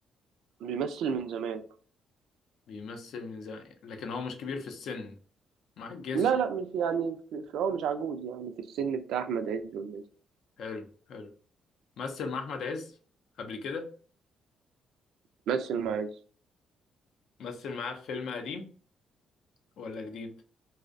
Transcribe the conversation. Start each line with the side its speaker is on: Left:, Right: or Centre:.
Right: بيمثل من زمان
Left: بيمثل من زمان لكن هو مش كبير في السن ما عجزش
Right: لا
Left: يعني.
Right: لا مش يعني في في- هو مش عجوز يعني في السن بتاع احمد عز والناس دي.
Left: حلو حلو مثل مع أحمد عز قبل كده
Right: مثل مع عز
Left: مثل معاه في فيلم قديم ولا جديد